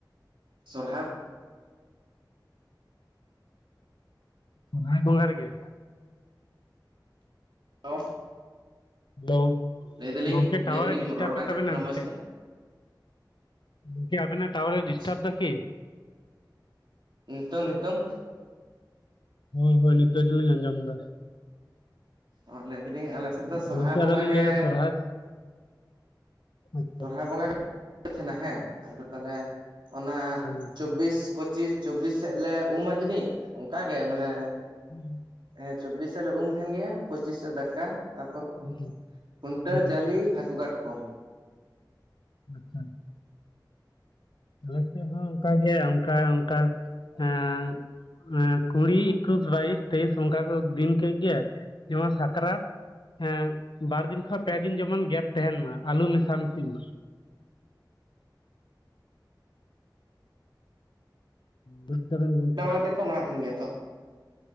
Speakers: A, on the right; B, on the left.
A: ᱥᱚᱨᱦᱟᱭ
B: ᱥᱚᱨᱦᱟᱭ ᱵᱚᱸᱜᱟ ᱨᱮ ᱜᱮ?
A: <unintelligible>
B: ᱦᱮᱞᱳ
A: ᱞᱟᱹᱭ ᱫᱟᱞᱤᱧ
B: ᱜᱚᱢᱠᱮ ᱴᱟᱣᱟᱨ
A: ᱞᱟᱹᱭ ᱫᱟᱞᱤᱧ
B: ᱮ ᱰᱤᱥᱴᱟᱵᱮᱫ
A: ᱨᱚᱲ ᱵᱟᱝ
B: ᱛᱟᱵᱮᱱᱟ
A: ᱟᱸᱡᱚᱢᱚᱜ ᱠᱟᱱᱟ
B: ᱥᱮ
A: ᱢᱚᱸᱡᱽ
B: ᱪᱮᱫ?
A: ᱛᱮ
B: ᱜᱚᱢᱠᱮ ᱟᱵᱮ ᱱᱟᱜ ᱴᱟᱣᱟᱨ ᱮ ᱰᱤᱥᱴᱟᱨᱵ
A: ᱟᱪᱪᱷᱟ
B: ᱫᱟᱠᱤ?
A: ᱱᱤᱛᱚᱝ, ᱱᱤᱛᱚᱝ᱾
B: ᱦᱳᱭ ᱦᱳᱭ ᱱᱤᱛ ᱫᱚ <unintelligible> ᱞᱤᱧ ᱟᱸᱡᱚᱢ ᱫᱟ᱾
A: ᱟᱨ ᱞᱟᱹᱭ ᱫᱟᱞᱤᱧ ᱟᱞᱮ ᱥᱮᱫ ᱫᱚ ᱥᱚᱨᱦᱟᱭ
B: ᱜᱚᱢᱠᱮ ᱟᱫᱚ
A: ᱵᱚᱸᱜᱟ
B: ᱞᱤᱧ
A: ᱜᱮ
B: ᱞᱟᱹᱭ ᱫᱟ ᱥᱚᱨᱦᱟᱭ ᱟᱪᱪᱷᱟ
A: ᱥᱚᱨᱚᱦᱟᱭ ᱵᱚᱸᱜᱟ ᱜᱮ ᱛᱟᱦᱮᱱᱟ ᱦᱮᱸ ᱟᱫᱚ ᱛᱟᱦᱚᱞᱮ ᱚᱱᱟ
B: ᱦᱮᱸ
A: ᱪᱚᱵᱽᱵᱤᱥ ᱯᱚᱸᱪᱤᱥ, ᱪᱚᱵᱽᱵᱤᱥ ᱥᱮᱫ ᱞᱮ ᱩᱢᱟᱢᱟ ᱡᱟᱹᱱᱤᱡ ᱚᱱᱠᱟᱜ ᱜᱮ ᱢᱟᱱᱮ
B: <inaudible>
A: ᱦᱮᱸ ᱪᱚᱵᱽᱵᱤᱥ ᱥᱟᱞᱮ ᱩᱢ ᱛᱟᱦᱮᱱ ᱜᱮᱭᱟ᱾ ᱯᱚᱸᱪᱤᱥᱟ ᱫᱟᱠᱟ ᱛᱟᱯᱚᱨ
B: ᱦᱮᱸ ᱦᱩᱸ
A: ᱠᱷᱩᱱᱴᱟᱹᱣ,
B: ᱦᱩᱸ
A: ᱡᱟᱹᱟᱞᱤ, ᱦᱟᱹᱠᱩ ᱠᱟᱴᱠᱚᱢ᱾
B: ᱟᱪᱪᱷᱟ᱾ ᱟᱞᱮ ᱥᱮᱫ ᱦᱚᱸ ᱚᱱᱠᱟ ᱜᱮ ᱚᱱᱠᱟ ᱚᱱᱠᱟ ᱮᱸ᱾ ᱠᱩᱲᱤ ᱮᱠᱩᱥ ᱵᱟᱭᱤᱥ ᱛᱮᱭᱤᱥ ᱚᱱᱠᱟ ᱠᱚ ᱫᱤᱱ ᱠᱮᱫ ᱜᱮ ᱡᱮᱢᱚᱱ ᱥᱟᱠᱨᱟᱛ ᱦᱮᱸ ᱵᱟᱨ ᱫᱤᱱ ᱠᱷᱚᱱ ᱯᱮ ᱫᱤᱱ ᱡᱮᱢᱚᱱ ᱜᱮᱯ ᱛᱟᱦᱮᱱ ᱢᱟ ᱟᱞᱩ ᱢᱮᱥᱟ ᱢᱤᱥᱤ ᱢᱟ᱾ ᱾ ᱵᱩᱡ ᱫᱟᱵᱮᱱ ᱜᱚᱢᱠᱮ᱾
A: ᱴᱟᱢᱟᱠ ᱟᱛᱮᱫ ᱠᱚ ᱢᱟᱱᱟᱣ ᱛᱟᱦᱮᱱ ᱜᱮᱭᱟ ᱛᱚ᱾